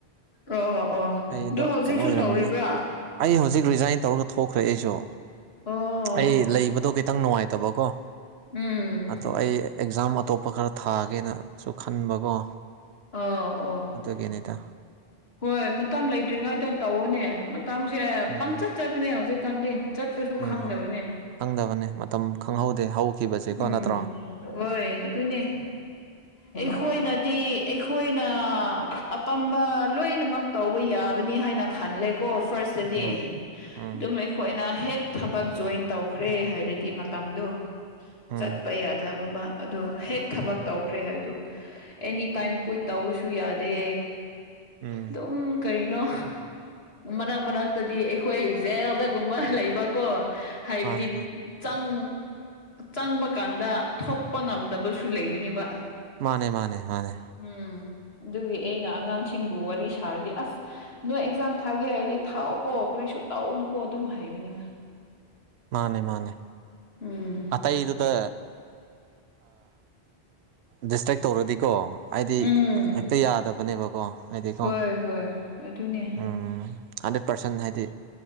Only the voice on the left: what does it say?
ꯑꯣ ꯑꯣ
ꯑꯗꯨ ꯍꯧꯖꯤꯛꯁꯨ
ꯇꯧꯔꯤꯕ꯭ꯔꯥ
ꯑꯣꯝ
ꯎꯝ
ꯑ ꯑꯣ
ꯍꯣꯏ ꯃꯇꯝ ꯂꯩꯗ꯭ꯔꯤꯉꯩꯗ ꯇꯧꯧꯕꯅꯦ ꯃꯇꯝꯁꯦ
ꯄꯪꯆꯠ ꯆꯕꯅꯦ ꯍꯧꯖꯤꯛꯀꯥꯟꯗꯤ ꯆꯠꯄꯁꯨ
ꯈꯪꯗꯕꯅꯦ
ꯎꯝ
ꯍꯣꯏ ꯇꯨꯅꯦ ꯑꯩꯈꯣꯏꯅꯗꯤ ꯑꯩꯈꯣꯏꯅ ꯑꯄꯥꯝꯕ ꯂꯣꯏꯅꯃꯛ ꯇꯧꯕ ꯌꯥꯕꯅꯤ ꯍꯥꯏꯅ ꯈꯜꯂꯦꯀꯣ ꯐꯥꯔꯁꯇꯗꯤ
ꯑꯗꯨꯝ
ꯑꯩꯈꯣꯏꯅ ꯍꯦꯛ ꯊꯕꯛ ꯖꯣꯏꯟ ꯇꯧꯈ꯭ꯔꯦ ꯍꯥꯏꯔꯗꯤ ꯃꯇꯝꯗꯣ
ꯆꯠꯄ ꯌꯥꯗꯕꯕꯥ ꯑꯗꯨ ꯍꯦꯛ ꯊꯕꯛ ꯇꯧꯈ꯭ꯔꯦ ꯍꯥꯏꯕꯗꯨ ꯑꯦꯅꯤ ꯇꯥꯏꯝ ꯀꯨꯏ ꯇꯧꯕꯁꯨ ꯌꯥꯗꯦ
ꯑꯗꯨꯝ ꯀꯔꯤꯅꯣ ꯃꯔꯛ ꯃꯔꯛꯇꯗꯤ ꯑꯩꯈꯣꯏ ꯖꯦꯜꯗꯒꯨꯝꯕ ꯂꯩꯕꯀꯣ ꯍꯥꯏꯕꯗꯤ
ꯆꯪ ꯆꯪꯕ ꯀꯥꯟꯗ ꯊꯣꯛꯄ ꯉꯝꯗꯕꯁꯨ ꯂꯩꯕꯅꯦꯕ
ꯎꯝ ꯑꯗꯨꯒꯤ ꯑꯩꯅ ꯑꯉꯥꯡꯁꯤꯡ ꯁꯤꯡꯕꯨ ꯋꯥꯔꯤ ꯁꯥꯔꯗꯤ ꯑꯁ ꯅꯣꯏ ꯑꯦꯛꯖꯥꯝ ꯊꯥꯒꯦ ꯍꯥꯏꯔꯗꯤ ꯊꯥꯎꯑꯣꯀꯣ ꯀꯔꯤꯁꯨ ꯇꯥꯎꯎꯅꯨꯀꯣ ꯑꯗꯨꯝ ꯍꯥꯏꯕ ꯅꯤ
ꯎꯝ
ꯎꯝ
ꯍꯣꯏ ꯍꯣꯏ ꯑꯗꯨꯅꯦ